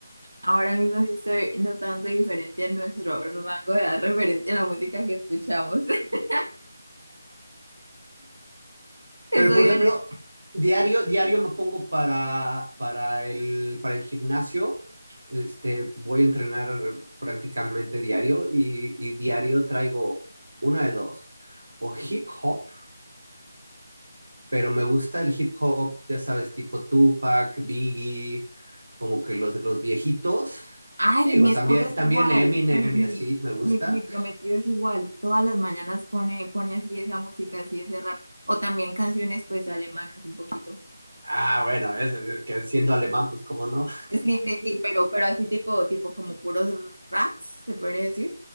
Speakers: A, on the right (about 85°); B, on the right (about 50°).
A: ahora mismo sí estoy notando diferencia en nuestro rango de edad referente a la música que escuchamos. <laughs> Eso
B: Pero por
A: de
B: ejemplo, diario, diario me pongo para, para el, para el gimnasio. Este, voy a entrenar prácticamente diario y, y diario traigo una de dos. O hip hop, pero me gusta el hip hop, ya sabes, tipo Tupac, Biggie, como que los, los viejitos.
A: Ay,
B: Digo,
A: mi esposo
B: también,
A: es
B: también
A: igual.
B: Eminem
A: Bueno, mi,
B: y así me gusta
A: mi, mi prometido es igual. Todas las mañanas pone, pone así esa música, así ese rap. O también canciones pues alemanas un poquito.
B: Ah, bueno, es, es que siendo alemán, pues cómo no.
A: Sí, sí, sí, pero, pero así tipo, tipo como puros raps, ¿se podría decir?